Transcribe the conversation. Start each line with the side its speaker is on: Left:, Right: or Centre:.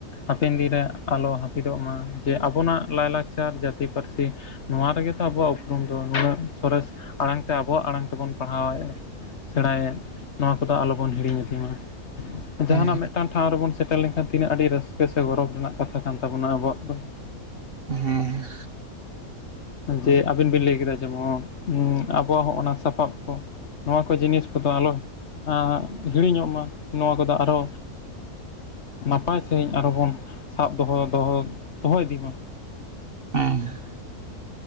Left: ᱦᱟᱯᱮᱱ ᱫᱤᱱ ᱨᱮ ᱟᱞᱚ ᱦᱟᱹᱯᱤᱫᱚᱜ ᱢᱟ ᱡᱮ ᱟᱵᱚᱱᱟᱜ ᱞᱟᱭ ᱞᱟᱠᱪᱟᱨ ᱡᱟᱹᱛᱤ ᱯᱟᱹᱨᱥᱤ ᱱᱚᱣᱟ ᱨᱮᱜᱮ ᱛᱚ ᱟᱵᱚᱣᱟᱜ ᱩᱯᱨᱩᱢ ᱫᱚ ᱱᱩᱱᱟᱹᱜ ᱥᱚᱨᱮᱥ ᱟᱲᱟᱝ ᱛᱮ ᱟᱵᱚᱣᱟᱜ ᱟᱲᱟᱝ ᱛᱮᱵᱚᱱ ᱯᱟᱲᱦᱟᱣᱮᱜ-ᱟᱼᱼ ᱥᱮᱬᱟᱭᱮᱫ ᱱᱚᱣᱟ ᱠᱚᱫᱚ ᱟᱞᱚᱵᱚᱱ ᱦᱤᱲᱤᱧ ᱤᱫᱤ ᱢᱟ᱾ ᱡᱟᱦᱟᱱᱟᱜ
Right: ᱦᱮᱸ
Left: ᱢᱤᱫᱴᱟᱝ ᱴᱷᱟᱶ ᱨᱮᱵᱚᱱ ᱥᱮᱴᱮᱨ ᱡᱟᱦᱟᱱᱟᱜ ᱴᱷᱟᱣ ᱞᱮᱱ ᱠᱷᱦᱟᱱ ᱨᱮ ᱥᱮᱴᱮᱨ ᱞᱮᱱ ᱠᱷᱟᱱ ᱛᱤᱱᱟᱹᱜ ᱟᱹᱰᱤ ᱨᱟᱹᱥᱠᱟᱹ ᱥᱮ ᱜᱚᱨᱚᱵᱽ ᱨᱮᱱᱟᱜ ᱠᱟᱛᱷᱟ ᱠᱟᱱ ᱛᱟᱵᱚᱱᱟ ᱟᱵᱚᱣᱟᱜ ᱫᱚ᱾
Right: ᱦᱮᱸ
Left: ᱡᱮ ᱟᱵᱤᱱ ᱵᱤᱱ ᱞᱟᱹᱭ ᱠᱮᱫᱟ ᱡᱮᱢᱚᱱ ᱟᱵᱚᱣᱟᱜ ᱦᱚᱸᱜ ᱚᱱᱟ ᱥᱟᱯᱟᱵ ᱠᱚ ᱱᱚᱣᱟ ᱠᱚ ᱡᱤᱱᱤᱥ ᱠᱚᱫᱚ ᱟᱞᱚ ᱟᱸᱻ ᱦᱤᱲᱤᱧᱚᱜ ᱢᱟ ᱱᱚᱣᱟ ᱠᱚᱫᱚ ᱟᱨᱚ ᱱᱟᱯᱟᱭ ᱥᱟᱺᱦᱤᱡ ᱟᱨᱦᱚᱸ ᱵᱚᱱ ᱥᱟᱵ ᱫᱚᱦᱚ ᱫᱚᱦᱚ ᱫᱚᱦᱚ ᱤᱫᱤ ᱢᱟ᱾
Right: ᱦᱮᱸ